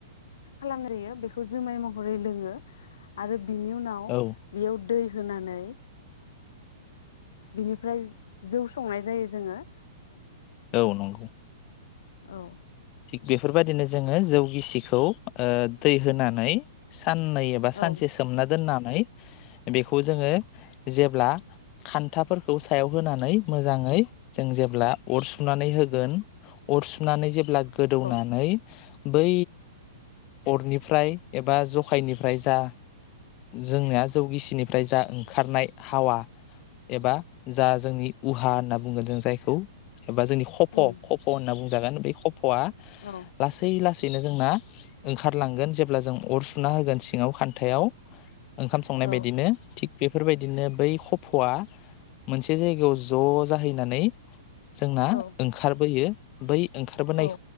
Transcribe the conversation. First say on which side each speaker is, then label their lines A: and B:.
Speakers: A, on the left; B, on the left.
A: खालामजायो बेखौ जुमाय महरै लोङो आरो बिनि उनाव
B: औ
A: बेयाव <unintelligible> होनानै बिनिफ्राय जौ संनाय जायो जोङो
B: औ नंगौ
A: औ
B: थिग बेफोरबायदिनो जोङो जौ गिसिखौ ओ दै होनानै साननै एबा सानसे
A: औ
B: सोमना दोननानै जोङो जोङो खान्थाफोरखौ सायाव होनानै मोजाङै जों जेब्ला अर सुनानै होगोन अर सुनानै जेब्ला गोदौनानै
A: औ
B: बै अरनिफ्राय एबा जखायनिफ्राय जा जोंनिया जौगिसिनिफ्राय जा ओंखारनाय हावा एबा जा जोंनि उहा होनना बुंगोन जों जायखौ एबा जोंनि खप'
A: उम
B: खप' होनना बुं जागोन <unintelligible> क'फवा
A: औ
B: लासै लासै बेनो जोंना ओंखारलांगोन जेब्ला जों अर सुना होगोन सिङाव खान्थायाव ओंखाम संनाय
A: औ
B: बायदिनो बेफोर बायदिनो बै खफ'आ मोनसे जायगायाव ज' जाहैनानै जोंना
A: औ
B: ओंखारबोयो बै ओंखारबोनाय
A: औ